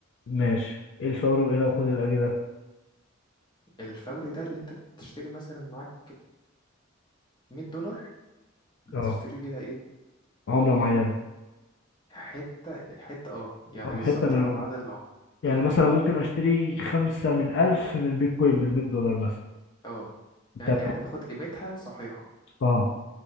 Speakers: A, on the left (about 60°); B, on the left (about 20°).
A: ماشي ايه الفوري وايه العقود الاجله
B: الفوري ده اللي انت بتشتري مثلا معاك 100 دولار
A: اه
B: هتشتري بيها ايه
A: عمله معينه
B: حته حته اه يعني
A: او
B: بالظبط
A: حته من
B: على
A: عمله
B: عدد العمر
A: يعني
B: اه
A: مثلا ممكن اشتري خمسة من ألف من بيتكوين بالمية دولار مثلا
B: اه يعني
A: تمام
B: يعني انت تاخد قيمتها صحيحه
A: اه